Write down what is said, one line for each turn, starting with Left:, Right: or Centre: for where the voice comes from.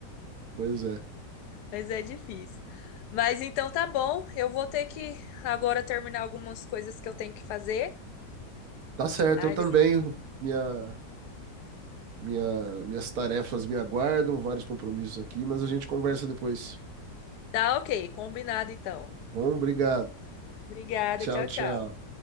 Right: pois é.
Left: mas é difícil. Mas então tá bom, eu vou ter que agora terminar algumas coisas que eu tenho que fazer.
Right: Tá certo,
Left: Ai,
Right: eu também,
Left: de-
Right: minha, minha, minhas tarefas me aguardam, vários compromissos aqui, mas a gente conversa depois.
Left: Tá ok, combinado então.
Right: Tá bom? Obrigado.
Left: Obrigada,
Right: Tchau,
Left: tchau,
Right: tchau.
Left: tchau.